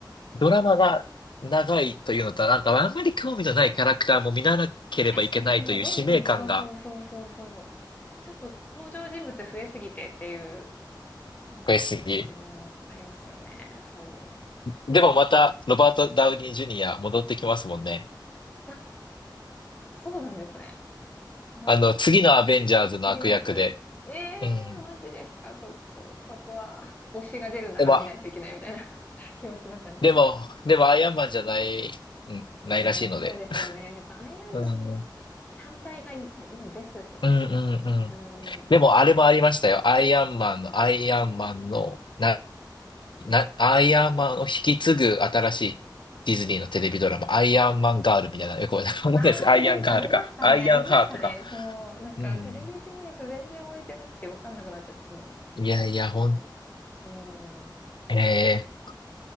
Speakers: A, on the left; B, on the left.
A: ドラマが長いというのと、なんかあんまり興味のないキャラクターも見なければいけないという使命感が
B: 確かにそう、どんどん、そうそうそうそうそう。ちょっと登場人物増えすぎてっていう、なんかそういう感じもありますよね。
A: 増えすぎ。
B: そ
A: でもまた、ロバート・ダウニー・ジュニア戻ってきますもんね。
B: う。あ、そうなんですね。あ、
A: あの、次のアベンジャーズの悪役で。
B: 次のやつ。ええー、
A: うん。
B: マジですか、ちょっと、そこは、推しが出るなら見ないといけないみたいな
A: でも、
B: <laughs> 気持ちになっちゃいますね。
A: でも、でも、アイアンマンじゃない、うん、ないらしいので。
B: ねえ、そうですよね。やっぱアイアンマン
A: うん、うん、
B: 単体がい、うんベストですよね。
A: うん、う
B: う
A: ん。
B: ん、
A: でも、
B: かな
A: あれもありましたよ。アイアンマンの、アイアンマンの、な、な、アイアンマンを引き継ぐ新しいディズニーのテレビドラマ、アイアンマンガールみたいな、よくわかんないです。
B: ああ、
A: アイアンガールか、
B: なんかありましたね。
A: アイアンハートか。
B: ありましたね。そう。なんかテレビシリーズ全然置いてなくてわかんなくなっちゃって、
A: うん。
B: その、
A: いやいや、ほん、
B: そのうーん。
A: え